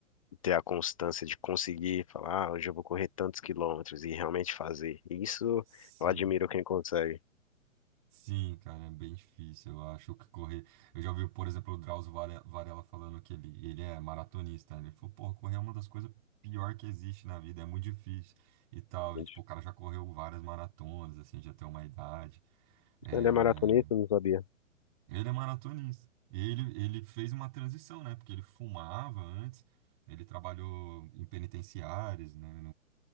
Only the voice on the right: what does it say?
Sim.
Sim, cara, é bem difícil. Eu acho que correr. Eu já ouvi, por exemplo, o Drauzio Vare- Varela falando que ele, ele é maratonista. né? Ele falou, pô, correr é uma das coisas pior que existe na vida, é muito difícil e tal.
E, tipo, o cara já correu várias maratonas, assim, já tem uma idade. É,
Ele é maratonista. E ele, ele fez uma transição, né? Porque ele fumava antes, ele trabalhou em penitenciárias, né?